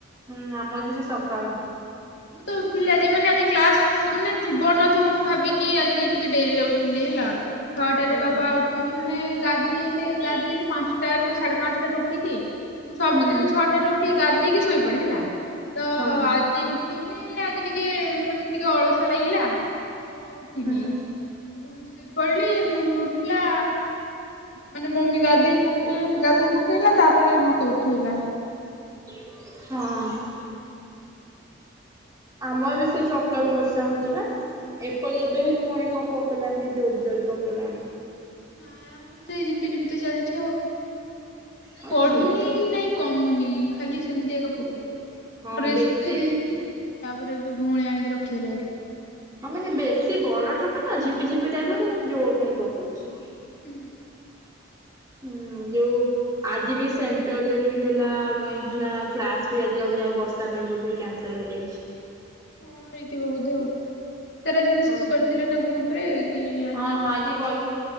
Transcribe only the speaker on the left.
ମୁଁ ତ ଉଠିଲି ଆଜି ମାନେ ଆଜି କ୍ଲାସ ସେ ମାନେ ଥିବ ନଥିବ ମୁଁ ଭାବିକି ଆଜି ଟିକେ ଡେରିରେ ଉଠିଲି ହେଲା। ଛଅଟାରେ
ବାପା ଉଠିକି ମାନେ ଗାଧେଇଲେ ଗାଧୋଇଲେ ପାଞ୍ଚଟା ରୁ ସାଢେ ପାଞ୍ଚଟାରୁ ଉଠିକି ମୁଁ ସବୁଦିନ
ଛଅଟାରେ ଉଠିକି ଗାଧେଇକି ଶୋଇପଡେ ହେଲା। ତ
ଆଜି ଉଠେଇଲେ ହେଲେ ଆଜି ଟିକେ ମାନେ ଟିକେ ଅଳସ <unintelligible> ଲାଗିଲା ମୁଁ ଆଉ ଉଠିନି।
ତ ପୁଣି ଶୋଇ ପଡିଲି ମମି ଉଠିଲା ମାନେ ମମି ଗାଧୋଇ ପକେଇ ଗାଧୋଇ ପକେଇଲା ତାପରେ ମତେ ଉଠେଇଲା।
ନାଇଁ ଆମର ସେଇ ଜିପି ଜିପି ତ ଚାଲିଛି ଆଉ ମାନେ
ବଢୁନି
ନାଇଁ। କମୁନି ଖାଲି ସେମିତି ଆଗ ପକେଇି
ଡ୍ରେସ
ଶୁଖେଇ ଦେଇଥିଲି। ତାପରେ ଏ ଭଉଣୀ ଆଣିକି ରଖିଗଲା ଏଇଠି।
ହୁଁ।
ଆଉ
କଣ
ହଁ ହେଇଥିବ ବୋଧେ ଆଉ ତାର ଆଜି ମେସେଜ
କରିଥିଲେ ନା ଗ୍ରୁପ ରେ କି
କ୍ଲାସ
ଅଛି।
ନା।